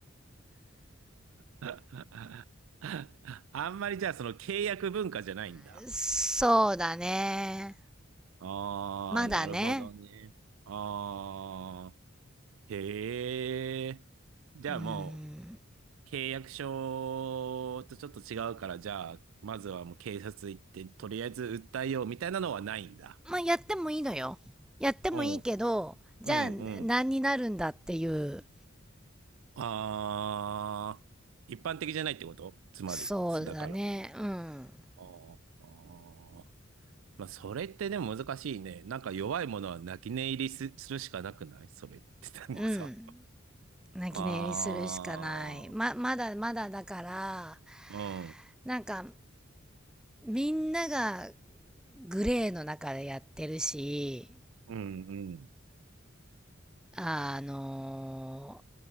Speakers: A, on the right; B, in the centre.
A: はははあんまりじゃあその契約文化じゃないんだ。
B: <laughs> そうだね。
A: ああ、
B: まだね。
A: なるほどね。ああ、へえ。じゃあも
B: うん。
A: う契約書とちょっと違うから、じゃあまずはもう警察行ってとりあえず訴えようみたいなのはないんだ。
B: まあ、やってもいいのよ。やってもいいけど、
A: うん、
B: じゃあ何になるんだっていう。
A: うん、うん。ああ、一般的じゃないってことつまり、
B: そうだね。
A: だから。
B: うん。
A: あーあー、まあ、それってでも難しいね。なんか弱いものは泣き寝入りす、するしかなくないそれって、でもさ。
B: うん。泣き寝入りするしかない。
A: <laughs> ああ、
B: ま、まだまだだから、
A: うん、
B: なんか、みんながグレーの中でやってるし、
A: うん、うん、
B: あの